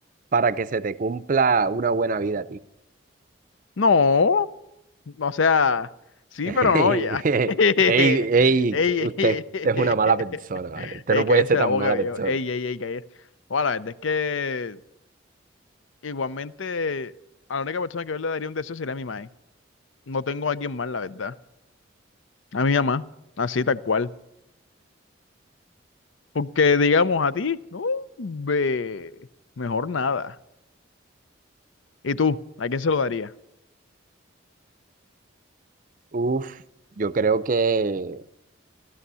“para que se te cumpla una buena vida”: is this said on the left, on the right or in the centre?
Right